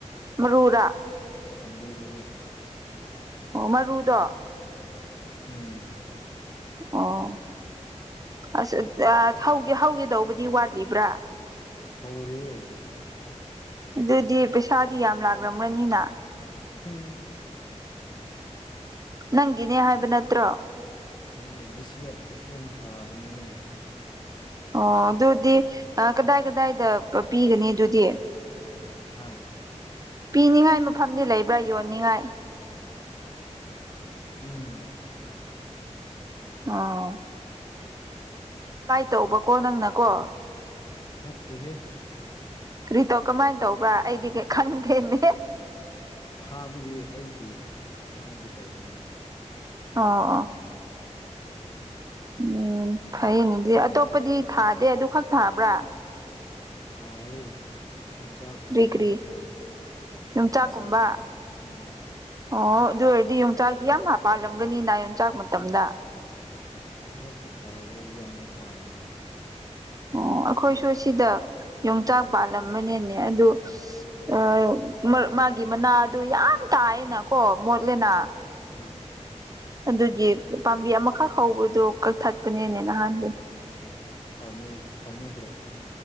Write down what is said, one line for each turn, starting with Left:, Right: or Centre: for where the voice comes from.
Right: ꯃꯔꯨꯔꯥ
Left: ꯄꯥꯝꯕꯤꯗꯣ ꯍꯣꯏ
Right: ꯑꯣ ꯃꯔꯨꯗꯣ
Left: ꯎꯝ
Right: ꯑꯣ ꯑꯁ ꯍꯧꯒ ꯍꯧꯒꯦꯗꯧꯕꯗꯤ ꯋꯥꯠꯂꯤꯕ꯭ꯔꯥ
Left: ꯍꯧꯥꯎꯔꯤꯦ
Right: ꯑꯗꯨꯗꯤ ꯄꯩꯁꯥꯗꯤ ꯌꯥꯝ ꯂꯥꯛꯂꯝꯕ꯭ꯔꯅꯤꯅ
Left: ꯍꯝ
Right: ꯅꯪꯒꯤꯅꯦ ꯍꯥꯏꯕ ꯅꯠꯇ꯭ꯔꯣ
Left: ꯃꯥꯅꯦꯗꯤꯁꯤꯌꯥ ꯗꯤꯁꯤꯌꯥꯅ ꯊꯥꯕꯅꯤꯅꯦ
Right: ꯑꯣ ꯑꯗꯨꯗꯤ ꯀꯗꯥꯏ ꯀꯗꯥꯏꯗ ꯄꯤꯒꯅꯤ ꯑꯗꯨꯗꯤ
Left: ꯍꯥꯥ
Right: ꯄꯤꯅꯤꯡꯉꯥꯏ ꯃꯐꯝꯗꯤ ꯂꯩꯕ꯭ꯔꯥ ꯌꯣꯟꯅꯤꯡꯉꯥꯏ
Left: ꯎꯝ
Right: ꯑ ꯇꯧꯕꯀꯣ ꯅꯪꯅꯀꯣ
Left: ꯅꯠꯇꯦꯍꯦ
Right: ꯀꯔꯤꯇꯣ ꯀꯃꯥꯏꯅ ꯇꯧꯕ꯭ꯔꯥ ꯑꯩꯗꯤꯩ ꯈꯪꯗꯦꯅꯦ
Left: ꯐꯥꯔꯝꯒꯤ ꯑꯩꯒꯤ ꯐꯥꯝꯒꯤ ꯇꯧꯕꯅꯤ
Right: ꯑ ꯑ
Left: ꯎ
Right: ꯎꯝ ꯐꯩꯅꯦꯗꯤ ꯑꯇꯣꯞꯄꯗꯤ ꯊꯥꯗꯦ ꯑꯗꯨ ꯈꯛ ꯊꯥꯕ꯭ꯔꯥ
Left: ꯊꯌꯦ ꯌꯣꯡꯆꯥꯛꯒꯨꯝꯕꯗ
Right: ꯀꯔꯤ ꯀꯔꯤ
Left: ꯊꯥꯏ
Right: ꯌꯣꯡꯆꯥꯛꯀꯨꯝꯕ
Left: ꯌꯣꯡꯆꯥꯛꯒꯨꯝꯕꯗ ꯎꯝ
Right: ꯑꯣ ꯑꯗꯨ ꯑꯣꯏꯔꯗꯤ ꯌꯣꯡꯆꯥꯛꯁꯤ ꯌꯥꯝ ꯍꯥꯄꯥꯜꯂꯝꯒꯅꯤꯅ ꯌꯣꯡꯆꯥꯛ ꯃꯇꯝꯗ
Left: ꯈꯔꯗꯤ ꯄꯥꯜꯂꯦ ꯌꯥꯝꯅ ꯄꯥꯜꯂꯤꯅ
Right: ꯑꯣ ꯑꯩꯈꯣꯏꯁꯨ ꯁꯤꯗ ꯌꯣꯡꯆꯥꯛ ꯄꯥꯜꯂꯝꯕꯅꯦꯅꯦ ꯑꯗꯨ ꯑ ꯃꯥꯒꯤ ꯃꯅꯥ ꯑꯗꯨ ꯌꯥꯝ ꯇꯥꯏꯅ ꯀꯣ ꯃꯔꯂꯅ
Left: ꯎꯝ
Right: ꯑꯗꯨꯒꯤ ꯄꯥꯝꯕꯤ ꯑꯃꯈꯛ ꯍꯧꯕꯗꯨꯣ ꯀꯛꯊꯠꯄꯅꯦꯅꯦ ꯅꯍꯥꯟꯗꯤ
Left: ꯇꯃꯨ ꯇꯃꯨꯗꯔꯣ